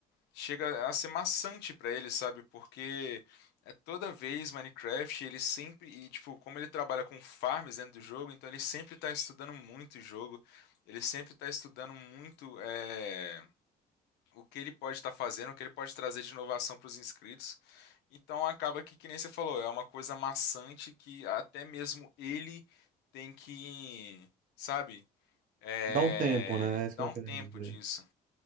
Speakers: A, on the left; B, on the right.
A: chega a ser maçante pra ele, sabe? Porque é toda vez Minecraft, ele sempre, e tipo, como ele trabalha com farms dentro do jogo, então ele sempre tá estudando muito o jogo, ele sempre tá estudando muito, eh, o que ele pode estar fazendo, o que ele pode trazer de inovação para os inscritos. Então acaba que, que nem você falou, é uma coisa maçante que até mesmo ele tem que, sabe, é,
B: Dá um tempo, né? É isso
A: dar
B: que eu
A: um
B: tô querendo
A: tempo
B: dizer.
A: disso.